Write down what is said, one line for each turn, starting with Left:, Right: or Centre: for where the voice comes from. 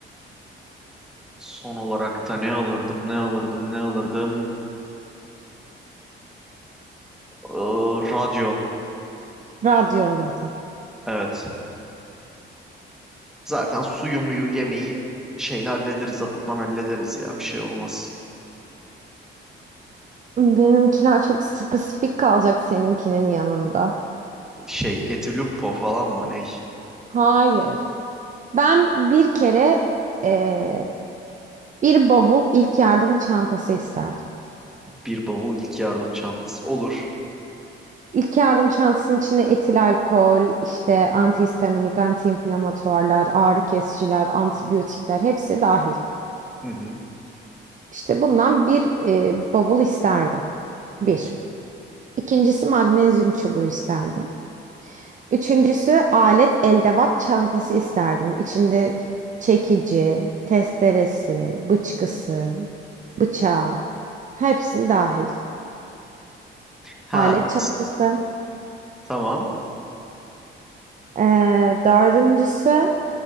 Centre: son olarak da ne alırdım ne alırdım ne alırdım Ee, radyo.
Right: Radyo alırdım.
Centre: Evet. Zaten suyu muyu yemeği şeyle hallederiz. Atadan hallederiz ya. Bir şey olmaz.
Right: Benimkiler çok spesifik kalacak seninkinin yanında.
Centre: Şey Etiluppo falan mı ne?
Right: Hayır. Ben bir kere eee, bir bavul ilk yardım çantası isterdim.
Centre: Bir bavul ilk yardım çantası. Olur.
Right: İlk yardım çantasının içinde etil alkol, işte antihistaminik, antiinflamatuarlar, ağrı kesiciler, antibiyotikler hepsi dahil.
Centre: Hı hı.
Right: İşte bundan bir e, bavul isterdim.
Centre: Hı
Right: Bir.
Centre: hı.
Right: İkincisi magnezyum çubuğu isterdim. Üçüncüsü alet eldevat çantası isterdim. İçinde çekici, testeresi, bıçkısı, bıçağı hepsi dahil.
Centre: Ha
Right: Alet çantası.
Centre: s- tamam.
Right: Ee, dördüncüsü